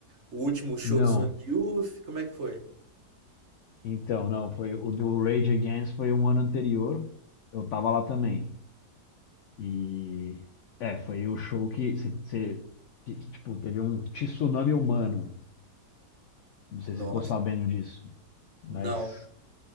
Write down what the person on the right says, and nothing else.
o último show
do Sonic Youth, como é que foi?
Nossa,
não.